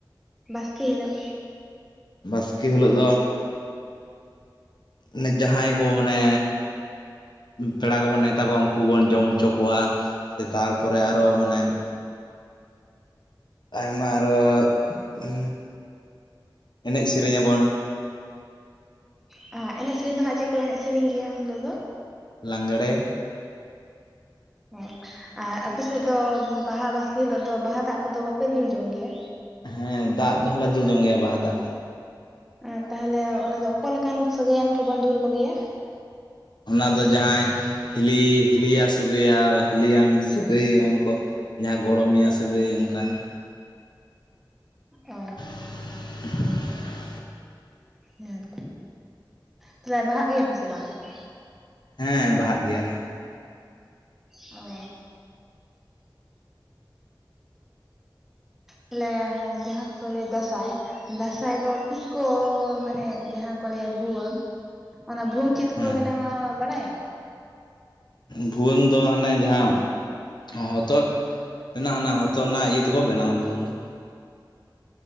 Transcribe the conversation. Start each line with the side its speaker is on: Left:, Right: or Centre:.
Centre: ᱵᱟᱥᱠᱮ ᱦᱤᱞᱟᱹᱜ?
Left: ᱵᱟᱥᱠᱮ ᱦᱤᱞᱳᱜ ᱫᱚ ᱱᱮ ᱡᱟᱦᱟᱸᱭ ᱠᱚ ᱢᱟᱱᱮ ᱯᱮᱲᱟ ᱠᱚᱵᱚᱱ ᱱᱮᱶᱛᱟ ᱠᱚᱣᱟ ᱩᱝᱠᱩ ᱵᱚᱱ ᱡᱚᱢ ᱦᱚᱪᱚ ᱠᱚᱣᱟ ᱥᱮ ᱛᱟᱨᱯᱚᱨᱮ ᱟᱨᱚ ᱢᱟᱱᱮ ᱟᱭᱢᱟ ᱟᱨᱚ ᱩ ᱮᱱᱮᱡ ᱥᱮᱨᱮᱧᱟᱵᱚᱱ᱾
Centre: ᱟ ᱮᱱᱮᱡ ᱥᱮᱨᱮᱧ ᱫᱚ ᱦᱟᱸᱜ ᱪᱮᱜ ᱠᱚ ᱮᱱᱮᱡ ᱥᱮᱨᱮᱧ ᱜᱮᱭᱟ ᱩᱱᱦᱤᱞᱟᱹᱜ ᱫᱚ?
Left: ᱞᱟᱸᱜᱽᱬᱮ
Centre: ᱚ ᱟ ᱟᱯᱮ ᱥᱮᱜ ᱫᱚ ᱵᱟᱦᱟ ᱵᱟᱥᱠᱮ ᱦᱤᱞᱟᱹᱜ ᱫᱚ ᱵᱟᱦᱟ ᱫᱟᱜ ᱠᱚᱫᱚ ᱵᱟᱯᱮ ᱫᱩᱞ ᱡᱚᱝ ᱜᱮᱭᱟ?
Left: ᱦᱮᱸ ᱫᱟᱜ ᱫᱚᱦᱚᱸᱞᱮ ᱫᱩᱞ ᱡᱚᱝ ᱜᱮᱭᱟ ᱵᱟᱦᱟ ᱫᱟᱜ᱾
Centre: ᱟᱨ ᱛᱟᱦᱞᱮ ᱚᱱᱟ ᱫᱚ ᱚᱠᱟ ᱞᱮᱠᱟᱱ ᱥᱟᱹᱜᱟᱹᱭᱟᱱ ᱠᱚᱵᱚᱱ ᱫᱩᱞ ᱠᱚᱜᱮᱭᱟ?
Left: ᱚᱱᱟ ᱫᱚ ᱡᱟᱦᱟᱸᱭ ᱦᱤᱞᱤ ᱦᱤᱞᱤᱭᱟ ᱥᱟᱹᱜᱟᱹᱭᱟ ᱦᱤᱞᱤᱭᱟᱱ ᱥᱟᱹᱜᱟᱹᱭᱟᱱ ᱠᱚ᱾ ᱡᱟᱦᱟᱸ ᱜᱚᱲᱚᱢᱮᱭᱟ ᱥᱟᱹᱜᱟᱹᱭ ᱚᱝᱠᱟᱱ᱾
Centre: ᱚ
Left: <inaudible>
Centre: ᱦᱮᱸᱛᱚ ᱛᱟᱦᱞᱮ ᱵᱟᱦᱟᱜ ᱜᱮᱭᱟᱯᱮ ᱥᱮ ᱵᱟᱝ ᱟᱯᱮ ᱫᱚ?
Left: ᱦᱮᱸ ᱵᱟᱦᱟᱜ ᱜᱮᱭᱟᱞᱮ᱾
Centre: ᱚ ᱛᱟᱞᱮ ᱦᱮ ᱡᱟᱦᱟᱸ ᱠᱚ ᱞᱟᱹᱭ ᱫᱟᱸᱥᱟᱭ ᱫᱟᱸᱥᱟᱭ ᱫᱚ ᱛᱤᱥ ᱠᱚ ᱢᱟᱱᱮ ᱡᱟᱦᱟᱸ ᱠᱚ ᱞᱟᱹᱭᱟ ᱵᱷᱩᱣᱟᱹᱝ ᱚᱱᱟ ᱵᱷᱩᱣᱟᱹᱝ ᱪᱮᱫ ᱛᱮᱠᱚ
Left: ᱦᱮᱸ
Centre: ᱵᱮᱱᱟᱣᱟ ᱵᱟᱲᱟᱭᱟᱢ?
Left: ᱵᱷᱩᱣᱟᱹᱝ ᱫᱚ ᱦᱟᱱᱮ ᱡᱟᱦᱟᱸ ᱦᱚᱛᱚᱫ ᱨᱮᱱᱟᱜ ᱚᱱᱟ ᱦᱚᱛᱚᱫ ᱨᱮᱱᱟᱜ ᱤᱭᱟᱹ ᱛᱮᱠᱚ ᱵᱮᱱᱟᱣᱟ ᱵᱷᱩᱣᱟᱹᱝ ᱫᱚ᱾